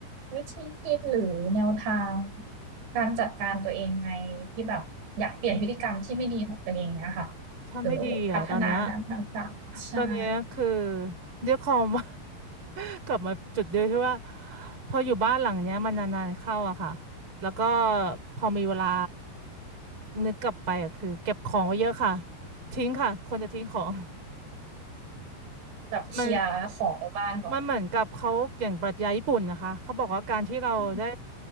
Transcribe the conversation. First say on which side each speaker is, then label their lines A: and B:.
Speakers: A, on the right (about 85°); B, on the right (about 30°).
A: วิธีคิดหรือแนวทางการจัดการตัวเองในที่แบบอยากเปลี่ยนพฤติกรรมที่ไม่ดีของตัวเองเนี่ยค่ะ
B: ถ้าไม่ดีอ่ะตอนเนี้ย
A: หรือพัฒนาด้านต่างๆใช่
B: ตอนเนี้ยคือเรียกคอม <laughs> กลับมาจุดเดียวที่ว่าพออยู่บ้านหลังเนี้ยมันนานๆเข้าอะค่ะแล้วก็พอมีเวลา นึกกลับไปอ่ะคือเก็บของไว้เยอะค่ะทิ้งค่ะคนจะทิ้งของ
A: แบบเคลียร์ของในบ้านก่อน
B: มันมันเหมือนกับเขาอย่างปรัชญาญี่ปุ่นนะคะเขาบอกว่าการที่เราได้
A: อืม